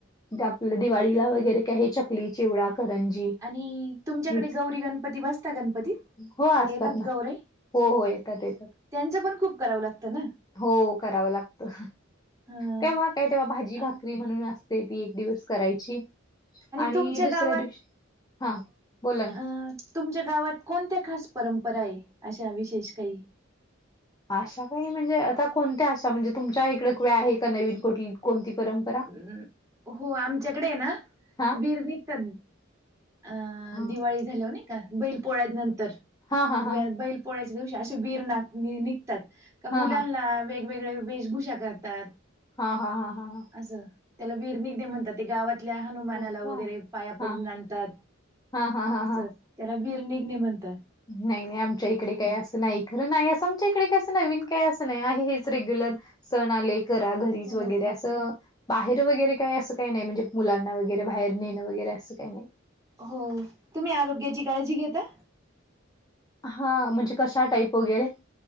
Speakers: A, on the left (about 20°); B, on the right (about 15°).
A: आप दिवाळीला वगैरे काय हे चकली चिवडा करंजी
B: आणि तुमच्याकडे
A: हेच
B: गौरी गणपती बसता गणपतीत
A: हो असतात
B: येतात
A: ना
B: गौरे
A: हो हो येतात येतात
B: त्यांचं पण खूप करावं लागतं ना
A: -हो करावं लागतं.
B: हा
A: तेव्हा काय तेव्हा भाजी भाकरी
B: आणि
A: म्हणून असते ती एक दिवस करायची. आणि
B: तुमच्या
A: दुसऱ्या
B: गावात
A: दिवशी हा बोला ना
B: अ तुमच्या गावात कोणत्या खास परंपराये अशा विशेष काही
A: अशा काही म्हणजे आता कोणत्या आशा म्हणजे तुमच्या इकडे क्या आहे का नवीन कोठली कोणती परंमं
B: हम् हो आमच्याकडे ये ना
A: हा
B: वीर निघतात अ
A: हा
B: दिवाळी झाल्यावर नाही का बैल पोळ्या नंतर
A: हा हा हा
B: व बैल पोळ्याच्या दिवशी असे वीर ना निघतात का मुलांना
A: हा हा
B: वेगवेगळे वेशभूषा करतात.
A: हा हा हा हा हा
B: असं त्याला विरनिगणे म्हणतात ते गावात तिथल्या हनुमानाला
A: हो का
B: वगैरे पाया पडून
A: हा
B: आणतात
A: हा हा हा
B: अस त्याला वीर निघने म्हणता.
A: नाय नाय आमच्या इकडे काय असं नाही. खरं नाय असं आमच्या इकडे काय असं नवीन काय असं नाय आहे हेच रेग्युलर सण आले. करा घरीच
B: हो
A: वगैरे असं बाहेर वगैरे काय असं काय नाय म्हणजे मुलांना वगैरे बाहेर नेणं वगैरे असं काय नाय.
B: हो तुम्ही आरोग्याची काळजी घेता.
A: हा म्हणजे कशा टाईप वगैरे